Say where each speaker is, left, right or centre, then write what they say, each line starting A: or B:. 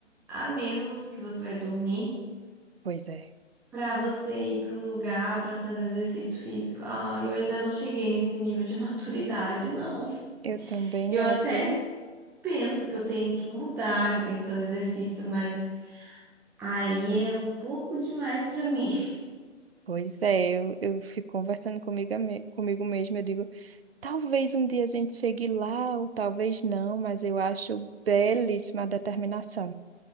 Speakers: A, in the centre; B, on the right.
A: a menos que você vai dormir.
B: Pois é.
A: para você ir para um lugar para fazer exercício físico. Ah, eu ainda não cheguei nesse nível de <laughs> maturidade, não.
B: Eu também
A: Eu
B: não,
A: até
B: viu?
A: penso que eu tenho que mudar, que eu tenho que fazer exercício, mas aí é um pouco demais para mim. <laughs>
B: Pois é, eu, eu fico conversando comigo, me- comigo mesma, eu digo, talvez um dia a gente chegue lá, ou talvez não, mas eu acho belíssima a determinação.